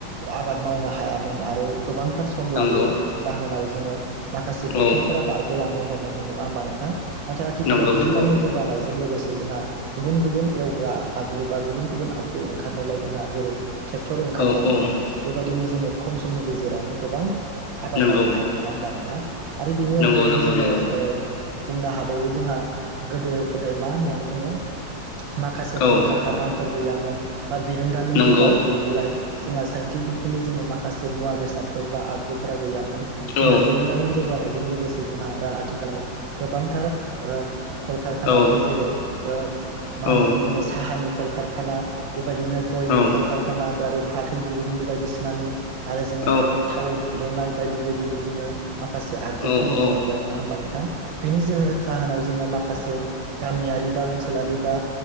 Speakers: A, on the right; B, on the left.
A: आबाद मावनो हायामोन आरो गोबांथार सम
B: नंगौ
A: लायो जाहोनाव जोंङो माखासे बोथोरफोरा
B: औ
A: बारग'लांनो ह हमोमोन नङा होमबा नोंथां? नाथाय आथिखालाव
B: नंगौ
A: बेरोंदामिन
B: नंगौ
A: जौगानायजों लोगोसे जोंहा गुबुन गुबुन एव ग्रा आगजु बा गुबुन गुबुन आगजु ओंखारनायलाय जोंहा जेरै ट्रेक्टर ओंखारनाय
B: औ औ
A: ओ बेबायदिनो ज जोङो खम समनि गेजेरावनो गोबां आबाद
B: नंगौ
A: मावनो हायो नङा होमबा नोंथां? आरो बेनि
B: नंगौ
A: अनगायैबो
B: नंगौ
A: जोङो
B: नंगौ
A: ओ बुंनो हाबावो जोंहा गोदो गोदाय मा होननानै बुङो माखासे
B: औ
A: कलखार खानाफोर गैयामोन बा बिरोंदामिन
B: नंगौ
A: जौगानाय गैयिलाय जोंहा साइन्टिफिकेलि जोङो माखासे मुवा बेसादफोर बा आगजुफोरा गैयामोन जोंहा
B: औ
A: बेरोंदामिन जौगानाय जों लोगोसे जोंहा दा आथिखालाव गोबांथार ओ कलखार खानाफोर
B: औ
A: जेरै ओ मा
B: औ
A: होननानैुङो साह आ नि कलखारखाना बेबायदिनो गयनि
B: औ
A: कलकारखाना दारो फाथो दिरुंनि बायदिसिनानि आरो जोङो
B: औ
A: थाव दिहुननाय बायदि बायदि जोङो माखासे आगजुफोर
B: औ
A: नुनो
B: औ
A: मोनबाय नङा होमबा नोंथां? बिनि जोहो जाहोनाव जोङो माखासे गामियारि बा ओनसोलारि बा